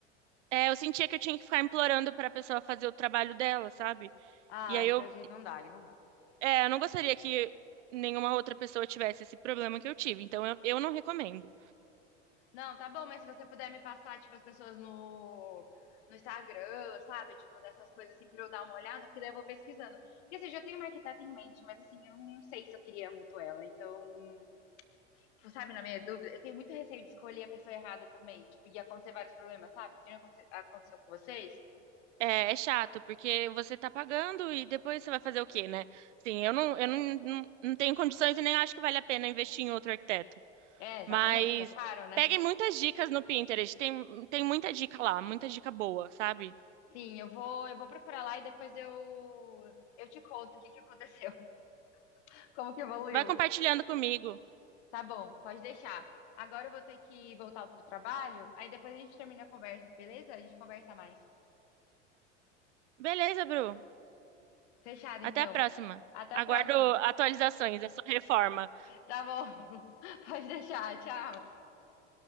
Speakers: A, on the right; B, on the left.
A: é, eu sentia que eu tinha que ficar implorando para a pessoa fazer o trabalho dela, sabe?
B: Ah,
A: E aí
B: então
A: eu,
B: a gente não dá, aí não dá.
A: é, eu não gostaria que nenhuma outra pessoa tivesse esse problema que eu tive, então eu, eu não recomendo.
B: Não, tá bom, mas se você puder me passar, tipo, as pessoas no, no Instagram, sabe? Tipo, dessas coisas assim, pra eu dar uma olhada, porque daí eu vou pesquisando. Porque assim, eu já tenho uma arquiteta em mente, mas assim, eu não sei se eu queria muito ela. Então, tipo, sabe, na minha dúvida, eu tenho muito receio de escolher a pessoa errada também. Tipo, ia acontecer vários problemas, sabe? Que nem aconte- aconteceu com vocês.
A: É, é chato, porque você tá pagando e depois você vai fazer o quê, né? Assim, eu não, eu não, não, não tenho condições e nem acho que vale a pena investir em outro arquiteto.
B: É, exatamente,
A: Mas
B: porque é caro, né?
A: peguem muitas dicas no Pinterest, tem, tem muita dica lá, muita dica boa, sabe?
B: Sim, eu vou, eu vou procurar lá e depois eu, eu te conto o que que aconteceu, <laughs> como que evoluiu.
A: Vai compartilhando comigo.
B: Tá bom, pode deixar. Agora eu vou ter que voltar pro trabalho, aí depois a gente termina a conversa, beleza? A gente conversa mais.
A: Beleza, Bru.
B: Fechado,
A: Até
B: então.
A: a próxima.
B: Até
A: Aguardo
B: a próxima.
A: atualizações da sua reforma.
B: Tá bom. <laughs> Pode deixar. Tchau.